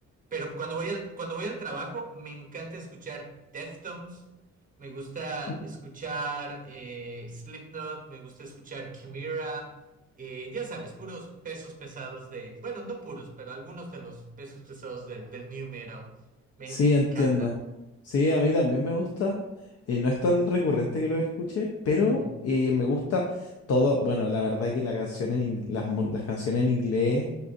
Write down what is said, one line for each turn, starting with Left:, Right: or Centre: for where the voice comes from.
Right: Pero cuando voy al, cuando voy al trabajo, me encanta escuchar Deftones. Me gusta
Left: <laughs>
Right: escuchar eh, Slipknot. Me gusta escuchar Chimera. eh, ya sabes, puros pesos pesados de... Bueno, no puros, pero algunos de los pesos pesados del del new metal. Me,
Left: Sí,
Right: me encanta.
Left: entiendo. Sí, a mí también me gusta. Eh, no es tan recurrente que lo escuche, pero
Right: Ujú.
Left: eh, me gusta todo. Bueno, la verdad que la canción en ing- las, mu- las canciones en inglés,